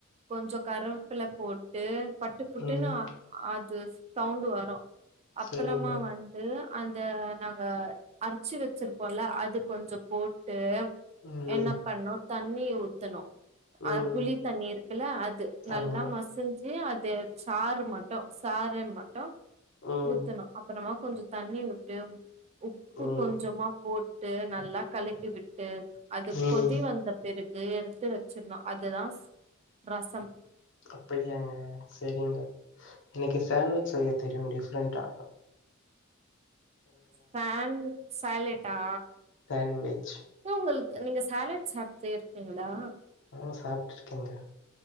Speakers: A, on the right (about 30°); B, on the left (about 60°).
A: கொஞ்சோ கருவப்பில போட்டு பட்டு புட்டுன்னு
B: ம்
A: அ அது சவுண்டு வரு அப்பறமா
B: செரிங்க
A: வந் து அந்த நாங்க அரிச்சி வெச்சிருப்போல்ல அது கொஞ்சோ போட்டு
B: ம்
A: என்ன பண்ணு தண்ணிய ஊத்தணு அ
B: ம்
A: புளி தண்ணி இருக்குல்ல அது. நல்லா
B: ஆமா
A: மசிஞ்சு அது சாறு மட்டு சாறே மட்டு
B: ம்
A: ஊத்தணு. அப்பறமா கொஞ்சோ தண்ணி உட்டு உப்பு
B: ம்
A: கொஞ்சமா போட் டு நல்லா கலக்கி விட்டு அது
B: ம்
A: கொதி வந்தப் பிறக்கு எடுத்து வெச்சிர்ணு அதுதாஸ் ரசம்.
B: அப்படியாங்க செரிங்க எனக்கு சேண்ட்விச் செய்ய தெரியு டிஃப்ரெண்ட்டா.
A: ஃபேன் சேலெட்டா
B: தேன்வெஜ்
A: போ உங்குளுக் நீங்க சேலெட் சாப்டே இருக்கிங்களா?
B: ம் சாப்ட்ருக்கேங்க.